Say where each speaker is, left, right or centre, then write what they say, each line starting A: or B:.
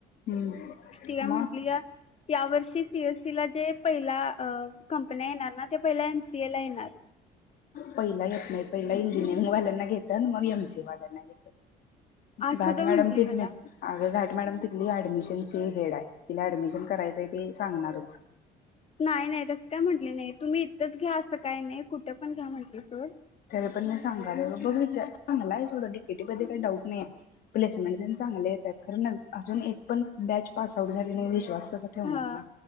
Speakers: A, on the left; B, on the left.
A: हम्म
B: ति काय म्हटली
A: मग
B: या वर्षी सी एस सी ला जे. पहिला कंपन्या येणार ना ते पहिला एम सी ए ला येणार.
A: पहिला येत नाही पहिला इंजिनिअरिंग वाल्यांना घेतात मग एम सी ए वाल्यांना घेतात.
B: असं
A: घाट
B: तर
A: मॅडम
B: म्हंटली
A: तिथल्या
B: मला
A: आगं घाट मॅडम तिथली ऍडमिशन चे हेड आहे तिला ऍडमिशन करायचंय ते सांगणारच.
B: नाही नाही तसं काय म्हटले नाही तुम्ही इथंच घ्या. असं काय नाही कुठं पण घ्या म्हटलं सोड.
A: तरी पण मी सागायलो मग विचार चांगला आहे. सोड डिकेटीमध्ये काही डाऊट नाही प्लेसमेंट चांगलं येत्यात खरं न अजून एक पण बॅच पास आऊट झाली नाही विश्वास कसा ठेवणार
B: हा
A: ना